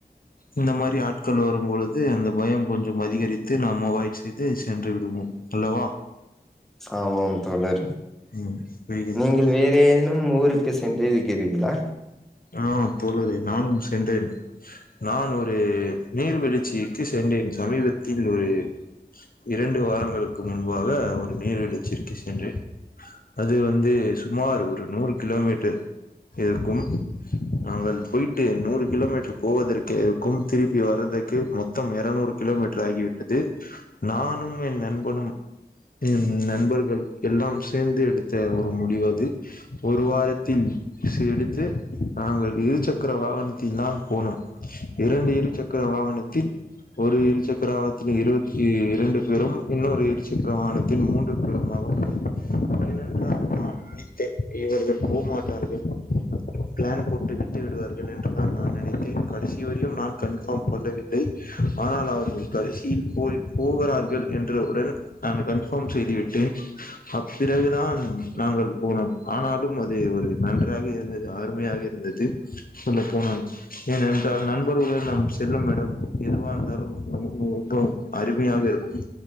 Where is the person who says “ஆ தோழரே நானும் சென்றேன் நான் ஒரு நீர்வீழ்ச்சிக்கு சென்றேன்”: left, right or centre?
Left